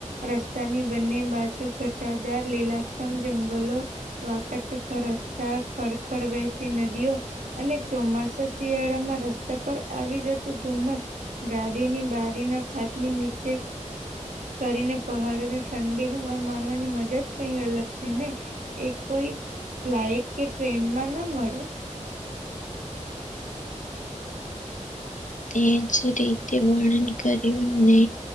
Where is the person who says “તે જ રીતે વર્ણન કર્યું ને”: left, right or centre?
Left